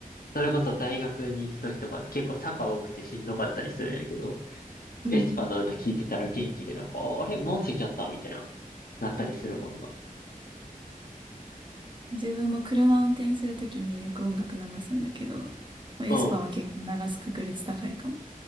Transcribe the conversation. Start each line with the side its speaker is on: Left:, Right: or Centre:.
Left: それこそ大学に行くときとか結構坂多くてしんどかったりするんやけど、
Right: うん。
Left: エスパの歌聴いてたら元気でなんか、ああれもう着いちゃったみたいな、なったりするもんな。
Right: 自分も車運転するときによく音楽流すんだけど、まあエスパーは結構流す確率高いかも。
Left: うん。